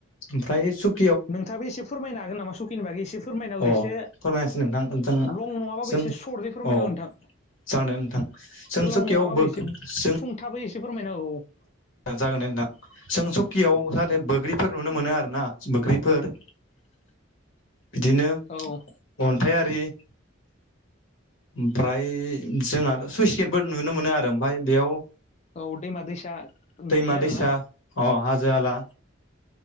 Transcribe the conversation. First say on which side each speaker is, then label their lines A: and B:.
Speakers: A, on the left; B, on the left.
A: ओमफ्राय सुक-
B: नोंथाङाबो एसे फोरमायनो हागोन नामा सुखिनि बागै एसे फोरमायनाहो
A: अ
B: एसे
A: फोरमायासै नोंथां जों
B: लं नङा बाबो!
A: जों
B: इसे सर्त फोरमायना
A: औ
B: हो नोंथां
A: जागोन दे नोंथां जों
B: गोलाव
A: सकियाव
B: नङाबाबो
A: जों
B: इसे सुंथाबै इसे फोरमायना होव-
A: जागोन दे नोंथां जों सकियाव जाहाथे बोग्रिफोर नुनो मोनो आरोना बोग्रिफोर-
B: <unintelligible>
A: बिदिनो
B: औ औ
A: अन्थाइआरि- ओमफ्राय जोंहा आरो सुइस गेटबो नुनो मोनो आरो ओमफ्राय बेयाव-
B: औ दैमा दैसा
A: दैमा
B: नुयो आरो
A: दैसा
B: ना-
A: अ हाजो हाला